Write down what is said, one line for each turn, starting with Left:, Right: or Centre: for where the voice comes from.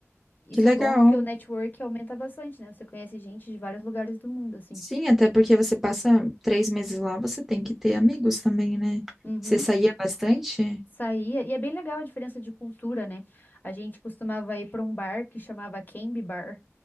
Left: Isso
Centre: Que legal.
Left: é bom porque o network aumenta bastante, né? Você conhece gente de vários lugares do mundo, assim.
Centre: Sim, até porque você passa três meses lá, você tem que ter amigos também, né?
Left: Uhum.
Centre: Você saía bastante?
Left: Saía, e é bem legal a diferença de cultura, né? A gente costumava ir para um bar que chamava Canby Bar.